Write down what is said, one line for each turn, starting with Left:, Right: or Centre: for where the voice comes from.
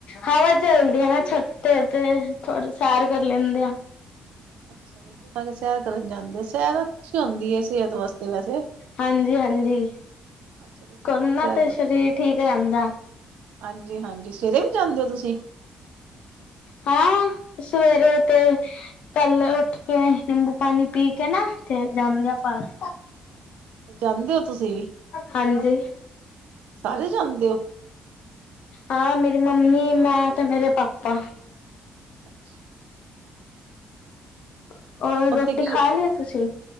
Left: ਹਵਾ ਚਲਦੀ ਹੈ ਨਾ ਛੱਤ ਤੇ, ਥੋੜੇ ਸੈਰ ਕਰ ਲੈਂਦੇ ਆ।
Right: ਅੱਛਾ ਰੋਟੀ ਖਾ ਕੇ ਸੈਰ ਕਰਨ ਜਾਂਦੇ ਓ। ਸ਼ੈਰ ਅੱਛੀ ਹੁੰਦੀ ਹੈ ਸਿਹਤ ਵਾਸਤੇ। ਵੈਸੇ
Left: ਹਾਂਜੀ ਹਾਂਜੀ।
Right: ਅੱਛਾ ਰੋਟੀ
Left: ਕਰਨਾ
Right: ਖਾ ਕੇ ਸੈਰ
Left: ਤੇ
Right: ਕਰਦੇ
Left: ਸਰੀਰ ਠੀਕ ਰਹਿੰਦਾ।
Right: ਹਾਂਜੀ ਹਾਂਜੀ, ਸਵੇਰੇ ਵੀ ਜਾਂਦੇ ਹੋ ਤੁਸੀਂ?
Left: ਹਾਂ ਸਵੇਰੇ ਤੇ ਪੈਲੇ ਉੱਠ ਕੇ, ਨਿੰਬੂ ਪਾਣੀ ਪੀ ਕੇ ਨਾ, ਫੇਰ ਜਾਂਦੇ ਆ ਬਾਰ।
Right: ਜਾਂਦੇ ਹੋ ਤੁਸੀਂ ਵੀ?
Left: ਹਾਂਜੀ
Right: ਸਾਰੇ ਜਾਂਦੇ ਹੋ?
Left: ਹਾਂ, ਮੇਰੀ ਮੰਮੀ, ਮੈਂ, ਤੇ ਮੇਰੇ ਪਾਪਾ।
Right: ਅੱਛਾ
Left: ਅ ਉਹ ਹੋਰ
Right: ਉੱਥੇ
Left: ਰੋਟੀ
Right: ਕੀ
Left: ਖਾ ਲੀ ਤੁਸੀਂ?